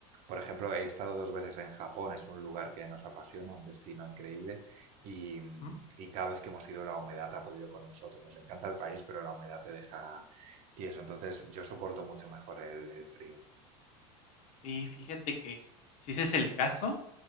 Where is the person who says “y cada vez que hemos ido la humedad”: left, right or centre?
Right